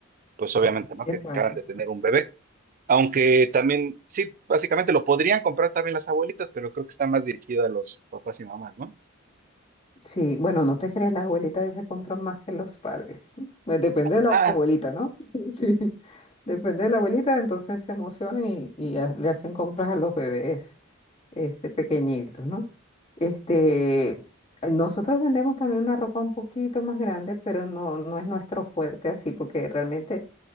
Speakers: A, on the right; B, on the left.
A: pues obviamente, ¿no?
B: exacto.
A: Que acaban de tener un bebé. Aunque también, sí, básicamente lo podrían comprar también las abuelitas, pero creo que está más dirigido a los papás y mamás, ¿no?
B: Sí, bueno, no te creas, las abuelitas a veces compran más que los padres. Pues Depende de la
A: Ah,
B: abuelita, ¿no? <laughs> Sí, depende de la abuelita, entonces se emocionan y, y ha- le hacen compras a los bebés. este, pequeñitos, ¿no? Este, nosotros vendemos también una ropa un poquito más grande, pero no, no es nuestro fuerte así, porque realmente